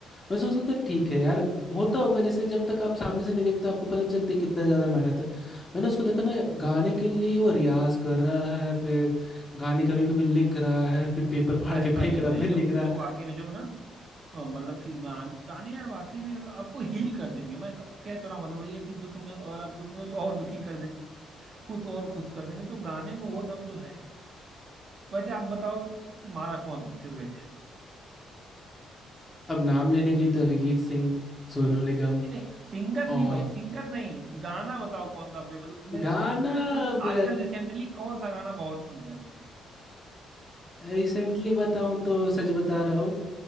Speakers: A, on the left; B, on the right.
A: मैं सोचता था ठीक है यार होता होगा जैसे जब तक आप सामने से नहीं देखते आपको पता नहीं चलती कितना ज़्यादा मेहनत है मैंने उसको देखा ना गाने के लिए वो रियाज कर रहा है फिर गाने कभी कभी लिख रहा है फिर पेपर फाड़
B: ऐसा
A: के फेंक
B: ही है
A: रहा
B: भाई
A: है फिर
B: जो
A: लिख रहा
B: जो
A: है
B: वाकई में जो ना अ, मतलब कि गान गाने यार वाकई में आपको हील कर देंगे मैं क- कह तो रहा हूं, मतलब वही है कि दुख में और आप दुख में हो तो और दुखी कर देंगे खुश हो और खुश कर देंगे तो गाने में वो दम तो है वैसे आप बताओ तुम्हारा कौन सा फेवरेट है
A: अब नाम लेने के लिए तो अरिजीत सिंह सोनू निगम
B: नहीं नहीं सिंगर नहीं
A: और
B: भाई सिंगर नहीं गाना बताओ कौन सा फेवरेट मतलब तुम्हें
A: गाना
B: आजकल
A: अब
B: आजकल रिसेंटली कौन सा गाना बहुत सुन रहे हो
A: रिसेंटली बताऊं तो सच बता रहा हूँ